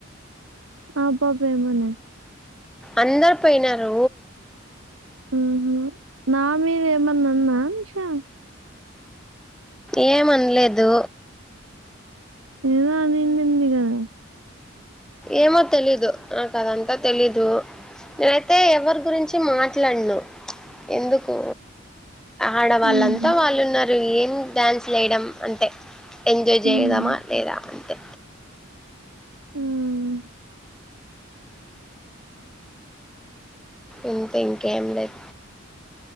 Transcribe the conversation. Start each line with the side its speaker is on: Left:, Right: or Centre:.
Right: ఆ పాప ఏమన్నా
Centre: అందరు పోయినారు
Right: ఆహ నా మీద ఏమన్నాన్నా నిషా
Centre: ఏమనలేదు
Right: ఏదో అనిడింది కదా
Centre: ఏమో తెలీదు నాకు అదంతా తెలీదు నేనైతే ఎవరి గురించి మాట్లాడను ఎందుకు ఆడవాళ్ళంతా
Right: హ్మ్.
Centre: వాళ్ళు ఉన్నారు రు ఏం డ్యాన్స్ లేయడం అంతే ఎంజాయ్
Right: హ్మ్.
Centre: చేయదామా లేదా అంతే
Right: హ్మ్మ్
Centre: ఇంతే ఇంకేం లేదు